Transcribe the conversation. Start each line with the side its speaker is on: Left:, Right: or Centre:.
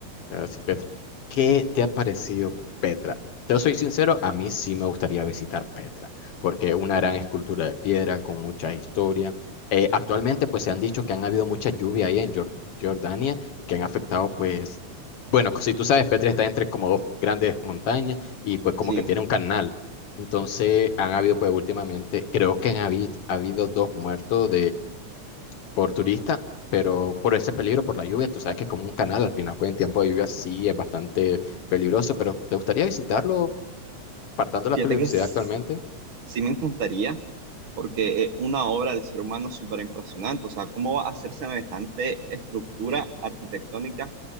Left: Ah, sí, Petra. ¿Qué te ha parecido Petra? Yo soy sincero, a mí sí me gustaría visitar Petra, porque una gran escultura de piedra con mucha historia. Eh, actualmente, pues se han dicho que han habido mucha lluvia ahí en Jor- Jordania y que han afectado, pues, bueno, si tú sabes, Petra está entre como dos grandes montañas y pues como
Right: Sí,
Left: que tiene un canal. Entonces, han habido, pues últimamente, creo que han habido, habido dos muertos por turista, pero por ese peligro, por la lluvia, tú sabes que como un canal al final, pues en tiempo de lluvia sí es bastante peligroso, pero ¿te gustaría visitarlo partando de
Right: fíjate
Left: la peligrosidad
Right: que s-
Left: actualmente?
Right: sí me encantaría, porque es una obra del ser humano súper impresionante. O sea, ¿cómo va a hacer semejante estructura arquitectónica